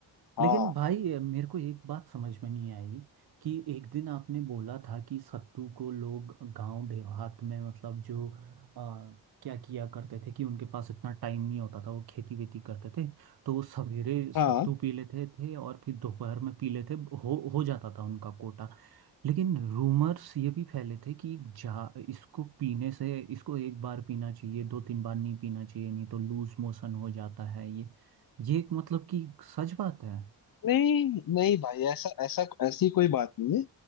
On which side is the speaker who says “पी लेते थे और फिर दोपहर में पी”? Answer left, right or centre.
Right